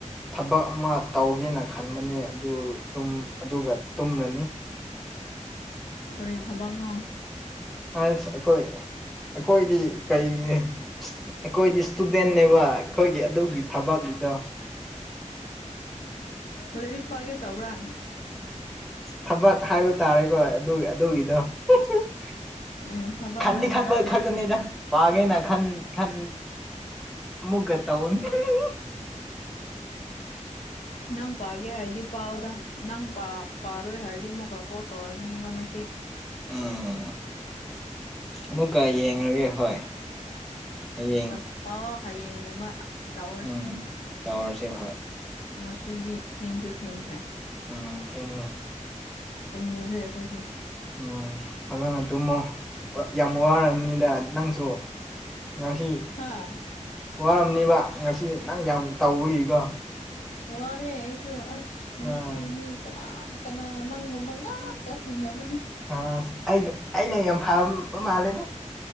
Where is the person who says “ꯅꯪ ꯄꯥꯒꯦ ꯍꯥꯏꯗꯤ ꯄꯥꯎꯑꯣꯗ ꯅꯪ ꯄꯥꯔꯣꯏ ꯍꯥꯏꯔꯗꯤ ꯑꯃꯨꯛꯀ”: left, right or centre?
Left